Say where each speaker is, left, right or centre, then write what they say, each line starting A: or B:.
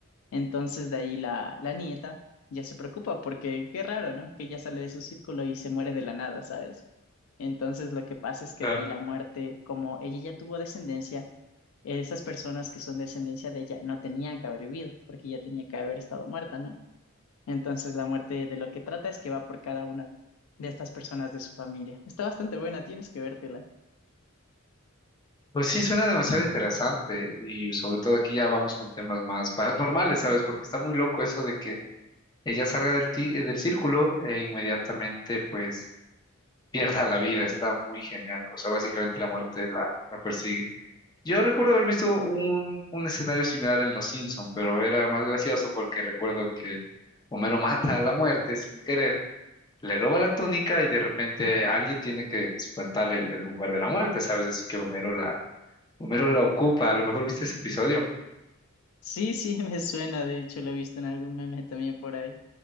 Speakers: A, on the left; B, on the left.
A: Entonces de ahí la, la nieta ya se preocupa porque qué raro, ¿no? Que ya sale de su círculo y se muere de la nada, ¿sabes? Entonces lo que pasa es que
B: claro.
A: de ahí la muerte, como ella ya tuvo descendencia, esas personas que son descendencia de ella no tenían que haber vivido porque ya tenía que haber estado muerta, ¿no? Entonces la muerte de lo que trata es que va por cada una de estas personas de su familia. Está bastante buena, tienes que vértela.
B: Pues sí, suena demasiado interesante y sobre todo aquí ya vamos con temas más paranormales, ¿sabes? Porque está muy loco eso de que ella salga del, ti- del círculo e inmediatamente pues pierda la vida, está muy genial, o sea, básicamente la muerte la, la persigue. Yo recuerdo haber visto un, un escenario similar en Los Simpson, pero era más gracioso porque recuerdo que Homero <laughs> mata a la muerte sin querer, le roba la túnica y de repente alguien tiene que espantar el, el lugar de la muerte, ¿sabes? Así que Homero la Homero la ocupa, a lo mejor viste ese episodio.
A: Sí, sí, <laughs> me suena, de hecho lo he visto en algún meme también por ahí.